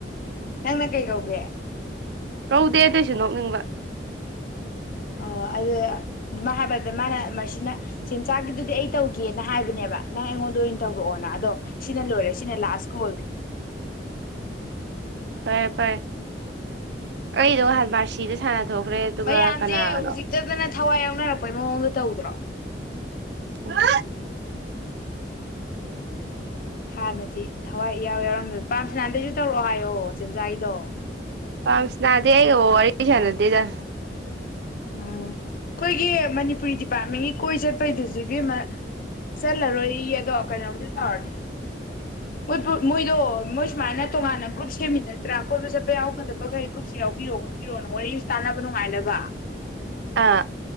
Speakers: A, on the left; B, on the right.
A: ꯅꯪ ꯃ ꯀꯩꯒ ꯍꯒꯦ
B: ꯀꯧꯗꯦ ꯑꯗꯨꯏꯁꯨ ꯅꯣꯛꯅꯤꯡꯕ
A: ꯑꯣ ꯑꯗꯨꯗ ꯃꯥꯥꯕꯗ ꯃꯥꯅ ꯃꯁꯤꯁꯅ ꯁꯦꯟꯖꯥꯛꯒꯤꯗꯨꯗꯤ ꯑꯩ ꯇꯧꯒꯦꯅ ꯍꯥꯏꯕꯅꯦꯕ ꯅꯪ ꯑꯩꯉꯣꯟꯗ ꯑꯣꯏꯅ ꯇꯧꯔꯛꯑꯣꯅ ꯑꯗꯣ ꯁꯤꯅ ꯂꯣꯏꯔꯦ ꯁꯤꯅ ꯂꯥꯁ ꯀꯣꯜ
B: ꯐꯔꯦ ꯐꯔꯦ ꯑꯩꯗꯣ ꯉꯍꯥꯟ ꯃꯥꯔꯁꯤꯗ ꯁꯥꯟꯅ ꯊꯣꯛꯈ꯭ꯔꯦ ꯑꯗꯨꯒ
A: ꯃꯌꯥꯝꯁꯦ
B: ꯀꯅꯥꯒꯅꯣ
A: ꯍꯧꯖꯤꯛꯇꯗꯅ ꯊꯋꯥꯏ ꯌꯥꯎꯅꯔꯛꯄꯩ ꯃꯑꯣꯡꯗ ꯇꯧꯗ꯭ꯔꯣ
B: ꯍ
A: ꯍꯥꯟꯅꯗꯤ ꯊꯋꯥꯏ ꯌꯥꯎ ꯌꯥꯎꯔꯝꯗꯕ ꯄꯥꯝꯁꯤ ꯅꯍꯥꯟꯟꯗꯩꯁꯨ ꯇꯧꯔꯛꯑꯣ ꯍꯥꯏꯌꯣ ꯆꯤꯟꯖꯥꯛꯒꯤꯗꯣ
B: ꯄꯝꯁꯅꯥꯗꯒ ꯋꯥꯔꯤ ꯋꯥꯔꯤꯁꯅꯗꯦꯗ
A: ꯎꯝ ꯑꯩꯈꯣꯏꯒꯤ ꯃꯅꯤꯄꯨꯔꯤ ꯗꯤꯄꯥꯔꯠꯃꯦꯟꯒꯤ ꯀꯣꯏ ꯆꯠꯄꯩꯗꯨꯁꯨ ꯏꯕꯦꯝꯃ ꯆꯠꯂꯔꯣꯏ ꯏ ꯑꯗꯣ ꯀꯩꯅꯣꯕꯨꯗꯤ ꯇꯧꯔꯅꯤ <unintelligible> ꯃꯣꯏ ꯃꯣꯏꯁꯨ ꯃꯥꯏꯅ ꯇꯣꯉꯥꯟꯅ ꯒ꯭ꯔꯨꯞ ꯁꯦꯝꯃꯤꯟꯅꯗ꯭ꯔꯥ ꯀꯣꯏꯕ ꯆꯠꯄ ꯌꯥꯎꯒꯗꯕꯈꯩ ꯒ꯭ꯔꯨꯞꯁ ꯌꯥꯎꯕꯤꯔꯣ ꯈꯣꯠꯄꯤꯔꯛꯑꯣ ꯅ ꯋꯥꯔꯤꯁꯨ ꯇꯥꯟꯅꯕ ꯅꯨꯡꯉꯥꯏꯅꯕ
B: ꯑꯥ